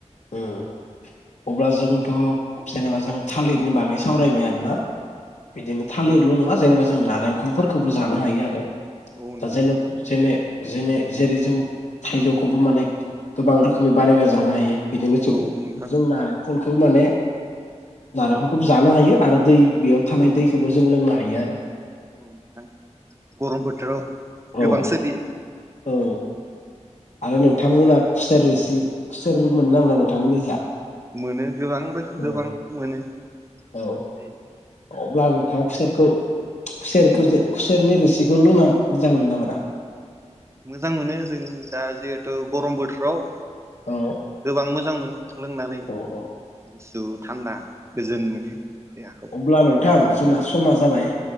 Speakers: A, on the left; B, on the right.
A: चम अब्ला जोंथ' जेनेबा जों थालिरनि बागै सावरायबाय आरोना। बिदिनो थालिरल'
B: औ
A: नङा जेनेबा जों नारेंखलफोरखौबो जानो हायो आरो।
B: औ नोंथां
A: दा जेरखम जेने जेने जेरै जों थाइजौखौबो माने गोबां रोखोमै बानायना जानो हायो। बिदिनो जों
B: औ नोंथां
A: जों नारेंखल बेखौ माने नारेंखलखौबो
B: औ
A: जानो हायो आरो दै बेयाव थानाय दैखौबो जों लोंनो हायो आरो।
B: औ नोंथां गरम बोथोराव
A: औ
B: गोबां सोलियो।
A: औ आरो नोंथांमोना खुसेर रोसि खुसेर मोनो ना मोना नोंथांमोननि जा?
B: मोनो गोबां रोखोम
A: औ
B: गोबां मोनो
A: औ
B: मोनसै
A: अब्ला नोंथां खुसेरखौ खुसेरखौ खुसेरनि रोसिखौ लोंना मोजां मोनो ना मोना?
B: मोजां मोनो जों दा जिहेथु गरम बोथोराव
A: औ
B: गोबां मोजां मोनो। लोंनानै
A: औ औ
B: गुसु थान्दा गोजोन मोनो। देहाखौ
A: अब्ला नोंथां जोंना समा जाबाय।